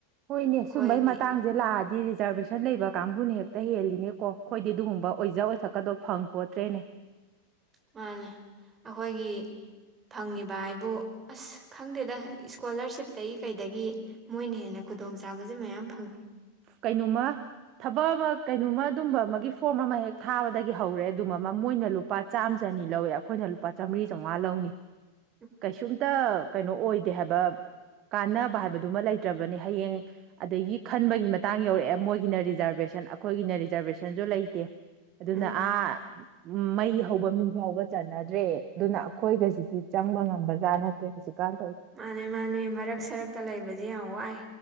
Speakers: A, on the right; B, on the right.
A: ꯍꯣꯏꯅꯦ
B: ꯑꯩꯈꯣꯏꯗꯤ
A: ꯁꯨꯝꯕꯩ ꯃꯇꯥꯡ ꯁꯦ ꯂꯥꯛꯑꯗꯤ ꯔꯤꯖꯥꯔꯕꯦꯁꯟ ꯂꯩꯕ ꯀꯥꯡꯕꯨꯅ ꯍꯦꯛꯇ ꯍꯦꯜꯂꯤꯅꯦꯀꯣ ꯑꯩꯈꯣꯏꯗꯤ ꯑꯗꯨꯒꯨꯝꯕ ꯑꯣꯏꯖ ꯑꯣꯏꯊꯛꯀꯗꯣ ꯐꯪ ꯀꯣꯠꯇ꯭ꯔꯦꯅꯦ
B: ꯃꯥꯅꯦ ꯑꯩꯈꯣꯏꯒꯤ ꯐꯪꯉꯤꯕ ꯍꯥꯏꯕꯨ ꯑꯁ ꯈꯪꯗꯦꯗ ꯏꯁꯀꯣꯂꯔꯁꯤꯞꯇꯒꯤ ꯀꯩꯗꯒꯤ ꯃꯣꯏꯅ ꯍꯦꯟꯅ ꯈꯨꯗꯣꯡ ꯆꯥꯕꯁꯦ ꯃꯌꯥꯝ ꯐꯪꯉꯤ
A: ꯀꯩꯅꯣꯃ ꯊꯕꯛ ꯑꯃ ꯀꯩꯅꯣꯃ ꯑꯗꯨꯝꯕ ꯑꯃꯒꯤ ꯐꯣꯔꯝ ꯑꯃ ꯍꯦꯛ ꯊꯥꯕꯗꯒꯤ ꯍꯧꯔꯦ ꯑꯗꯨꯝꯕ ꯑꯃ ꯃꯣꯏꯅ ꯂ ꯂꯨꯄꯥ ꯆꯥꯝꯃ ꯆꯅꯤ ꯂꯧꯏ ꯑꯩꯈꯣꯏꯅ ꯂꯨꯄꯥ ꯆꯥꯝꯔꯤ ꯆꯥꯝꯃꯉꯥ ꯂꯧꯅꯤ
B: <inaudible>
A: ꯀꯩꯁꯨꯝꯇ ꯀꯩꯅꯣ ꯑꯣꯏꯗꯦ ꯍꯥꯏꯕ ꯀꯥꯟꯅꯕ ꯍꯥꯏꯕꯗꯨꯃ ꯂꯩꯇ꯭ꯔꯕꯅꯦ ꯍꯌꯦꯡ ꯑꯗꯒꯤ ꯈꯟꯕꯒꯤ ꯃꯇꯥꯡ ꯌꯧꯔꯛꯑꯦ ꯃꯣꯏꯒꯤꯅ ꯔꯤꯖꯔꯕꯦꯁꯟ ꯑꯩꯈꯣꯏꯒꯤꯅ ꯔꯤꯖꯔꯕꯦꯁꯟꯁꯨ ꯂꯩꯇꯦ ꯑꯗꯨꯅ
B: ꯎꯝ
A: ꯑꯥ ꯃꯩ ꯍꯧ ꯊꯧꯕ ꯃꯤ ꯐꯥꯎꯕ ꯆꯅꯗ꯭ꯔꯦ ꯑꯗꯨꯅ ꯑꯩꯈꯣꯏꯒꯁꯤꯗꯤ ꯆꯪꯕ ꯉꯝꯕꯖꯥꯠ ꯅꯠꯇ꯭ꯔꯦ ꯍꯧꯖꯤꯛꯀꯥꯟ
B: ꯃꯥꯅꯦ ꯃꯥꯅꯦ ꯃꯔꯛ ꯁꯔꯛꯇ ꯂꯩꯕꯗꯤ ꯌꯥꯝ ꯋꯥꯏ